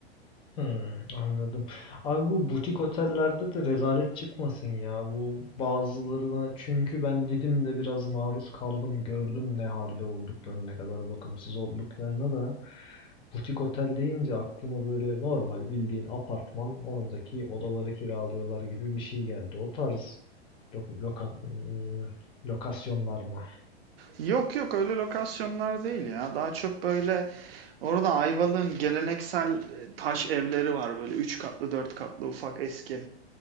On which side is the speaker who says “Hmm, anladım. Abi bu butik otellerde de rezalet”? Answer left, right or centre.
Left